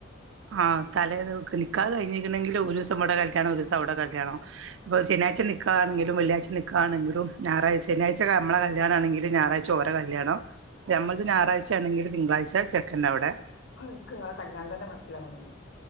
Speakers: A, on the right (about 75°); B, on the left (about 80°).
A: ആ തലേത് നിക്കാഹ് കഴിഞ്ഞേക്കണെങ്കിലും ഒരു ദിവസം വ്ടെ കല്യാണം ഒരു ദിവസം അവിടെ കല്യാണം ഇപ്പൊ ശനിയാഴ്ച നിക്കാഹാണെങ്കിലും വെള്ളിയാഴ്‌ച നിക്കാഹാണെങ്കിലും ഞായാഴ്ച ശനിയാഴ്ച മ്മളെ കല്യാണാണെങ്കിലും ഞായറാഴ്ച ഓരെ കല്യാണം ഞമ്മക്ക് ഞായറാഴ്ച ആണെങ്കില് തിങ്കളാഴ്ച ചെക്കന്റവിടെ
B: ആ നിക്ക് നിങ്ങടെ കല്യാണം തന്നെ മനസ്സിലാവണില്ല